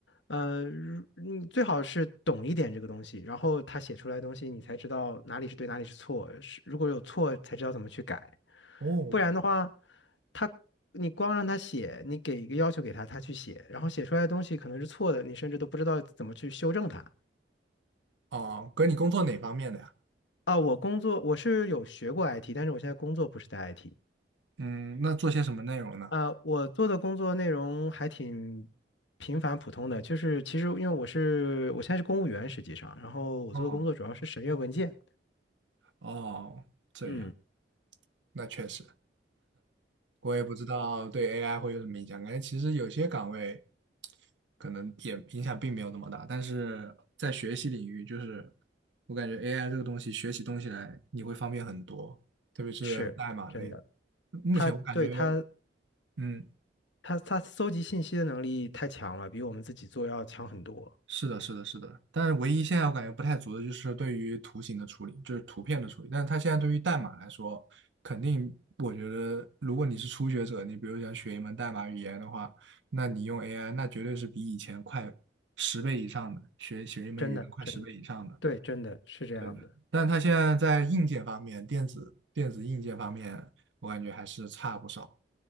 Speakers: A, on the left; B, on the right.
A: 呃，如你最好是懂一点这个东西，然后它写出来的东西你才知道哪里是对，哪里是错，是如果有错才知道怎么去改。
B: 哦
A: 不然的话，他你光让他写，你给一个要求给他，他去写，然后写出来的东西可能是错的，你甚至都不知道怎么去修正它。
B: 哦，哥，你工作哪方面的呀？
A: 啊，我工作我是有学过 IT，但是我现在工作不是在 IT。
B: 嗯，那做些什么内容呢？
A: 啊，我做的工作内容还挺平凡普通的，就是其实因为我是我现在是公务员，实际上，然后我做的工作主要是审阅文件。
B: 哦哦，这样，
A: 嗯，
B: 那确实。我也不知道对 AI 会有什么影响。感觉其实有些岗位可能也影响并没有那么大，但是在学习领域，就是我感觉 AI 这个东西学起东西来你会方便很多，特别是代码类的。
A: 是真的，
B: 目前我感觉，
A: 他对他
B: 嗯，
A: 他他搜集信息的能力太强了，比我们自己做要强很多。
B: 是的，是的，是的，但是唯一现在我感觉不太足的就是对于图形的处理，就是图片的处理。但是它现在对于代码来说，肯定我觉得，如果你是初学者，你比如想学一门代码语言的话，那你用 AI，那绝对是比以前快十倍以上的，学学一门语言快十倍以上的。
A: 真的真的，对，真的是这样的。
B: 对，但它现在在硬件方面，电子电子硬件方面，我感觉还是差不少，